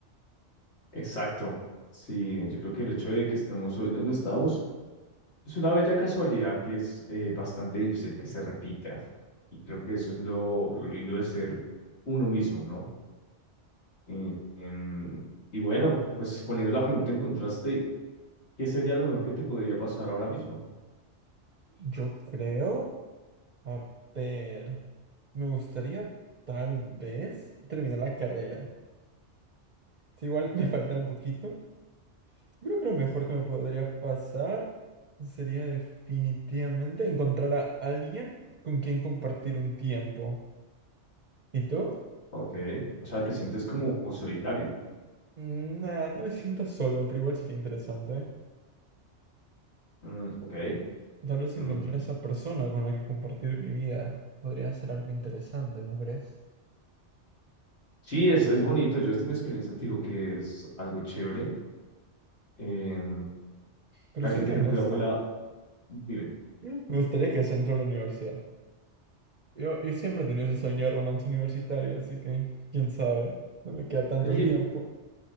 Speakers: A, on the left (about 65°); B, on the right (about 45°).
A: exacto. Sí, yo creo que el hecho de que estemos hoy donde estamos es una bella casualidad que es eh, bastante difícil que se repita. Y creo que eso es lo, lo lindo de ser uno mismo, ¿no? Eh, em, y bueno, pues poniendo la pregunta en contraste, ¿qué sería lo mejor que te podría pasar ahora mismo?
B: Yo creo, a ver, me gustaría tal vez terminar la carrera. Si igual <laughs> me falta un poquito, yo creo que lo mejor que me podría pasar sería definitivamente encontrar a alguien con quien compartir un tiempo. ¿Y tú?
A: Ok, o sea, te sientes como solitario.
B: Mm, Nah, no me siento solo, pero igual sería interesante.
A: Mm, ok.
B: Tal vez
A: Mm,
B: encontrar a esa persona con la que compartir mi vida podría ser algo interesante, ¿no crees?
A: sí, es, es bonito. Yo desde mi experiencia te digo que es algo chévere. Em,
B: Pero
A: hay
B: siendo
A: que tener
B: honesto,
A: cuidado con la... Dime. <laughs>
B: me gustaría que se entró a la universidad. Yo, yo siempre he tenido ese sueño de romance universitario, así que, quién sabe, no me queda tanto
A: Y,
B: tiempo.